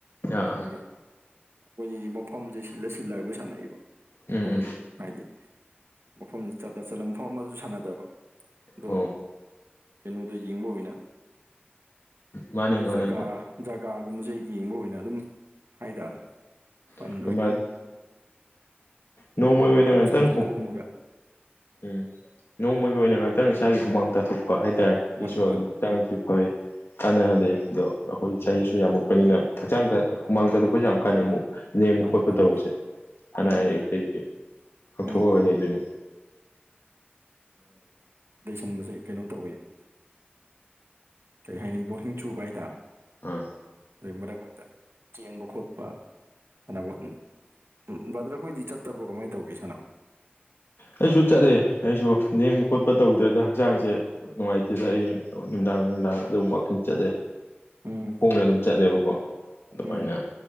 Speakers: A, on the left; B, on the right.
A: ꯑꯥ
B: ꯑꯗꯨꯗꯒꯤ ꯑꯩꯈꯣꯏꯒꯤꯗꯤ ꯃꯐꯝꯁꯦ ꯁꯤꯜꯂ ꯁꯤꯜꯂꯒ ꯑꯩꯈꯣꯏ ꯁꯥꯟꯅꯏꯕ
A: ꯎꯝ
B: ꯃꯐꯝꯁꯤ
A: ꯎꯝ
B: ꯍꯥꯏꯗꯤ ꯃꯐꯝꯁꯤ ꯆꯂ ꯆꯠꯂ ꯃꯐꯝ ꯑꯗꯨꯁꯨ ꯁꯥꯟꯅꯗꯕ ꯑꯗꯨꯝ
A: ꯑꯣ
B: ꯀꯩꯅꯣꯗꯣ ꯌꯦꯡꯕ ꯑꯣꯏꯅ
A: ꯃꯥꯅꯦ
B: ꯃꯥꯏ
A: ꯃꯥꯅꯦ
B: ꯖꯒꯥ ꯖꯒꯥꯒꯨꯝꯕꯁꯦ ꯌꯦꯡꯕ ꯑꯣꯏꯅ ꯑꯗꯨꯝ ꯍꯥꯏꯇꯥꯔꯦ ꯐꯟꯅ
A: ꯅꯣꯡꯃꯒꯤ
B: ꯑꯗꯨꯝ
A: ꯅꯣꯡꯃꯩ ꯑꯣꯏꯅ ꯑꯣꯏꯅ
B: ꯑꯍꯟꯁꯤꯡꯁꯦ
A: ꯉꯟꯇꯪ ꯈꯨꯝ
B: ꯈꯣꯝꯃꯒ
A: ꯎꯝ ꯅꯣꯡꯃꯒꯤ ꯑꯣꯏꯅ ꯉꯥꯛꯇꯪ ꯏꯁꯥꯒꯤ ꯍꯨꯃꯥꯡ ꯇꯥꯊꯣꯛꯄꯤ ꯍꯥꯏꯇꯥꯔꯦ ꯁꯤꯁꯨ
B: ꯃꯥꯅꯤ
A: ꯑꯗꯨꯝ
B: ꯃꯥꯅꯤ
A: ꯍꯛꯆꯥꯡꯁꯨ ꯐꯩ ꯀꯥꯟꯅꯍꯗꯦ ꯑꯗꯣ ꯑꯩꯈꯣꯏ ꯆꯍꯤꯁꯨ ꯌꯥꯝꯃꯛꯄꯅꯤꯅ ꯍꯛꯆꯥꯡꯗ ꯍꯨꯃꯥꯡ ꯊꯥꯗꯣꯛꯄꯁꯨ ꯌꯥꯝ ꯀꯥꯟꯅꯩ ꯑꯃꯨꯛ ꯂꯦꯡꯕ
B: ꯃꯥꯅꯤ
A: ꯈꯣꯠꯄ
B: ꯃꯥꯅꯤ
A: ꯇꯧꯕꯁꯦ ꯍꯅ
B: ꯎꯝ
A: ꯑꯌꯦꯛꯇꯒꯤ
B: ꯎꯝ
A: ꯉꯊꯣꯛꯑꯒ
B: ꯎꯝ
A: ꯂꯩꯗꯣꯏꯅꯦ
B: ꯁꯟꯗꯁꯦ ꯀꯩꯅꯣ ꯇꯧꯋꯕ ꯀꯩ ꯍꯥꯏꯅꯤ ꯕꯣꯡ ꯆꯨꯕ ꯍꯥꯏꯇꯥꯔꯦ
A: ꯑꯥ
B: ꯑ ꯃꯔꯛ ꯃꯔꯛꯇ ꯆꯦꯟꯕ ꯈꯣꯠꯄ ꯁꯥꯟꯅꯕꯣꯠ ꯎꯝ ꯕ꯭ꯔꯗꯔ ꯑꯩꯈꯣꯏꯗꯤ ꯆꯠꯇꯕ꯭ꯔꯣ ꯀꯃꯥꯏꯅ ꯇꯧꯒꯦ ꯁꯅꯕꯣꯠ
A: ꯑꯩꯁꯨ ꯆꯠꯂꯦ ꯑꯩꯁꯨ ꯅꯦꯡꯕ ꯈꯣꯠꯄ ꯇꯧꯗ꯭ꯔꯦꯗ ꯍꯛꯆꯥꯡꯁꯦ ꯅꯨꯡꯉꯥꯏꯇꯦꯗ ꯑꯩꯌꯤꯡ ꯅꯨꯡꯗꯥꯡ ꯅꯨꯡꯗꯥꯡ ꯑꯗꯨꯝ ꯋꯥꯛꯀꯤꯡ ꯆꯠꯂꯦ
B: ꯎꯝ
A: ꯈꯣꯡꯅ ꯑꯗꯨꯝ ꯆꯠꯂꯦꯕ ꯀꯣ ꯑꯗꯨꯃꯥꯏꯅ
B: ꯎꯝ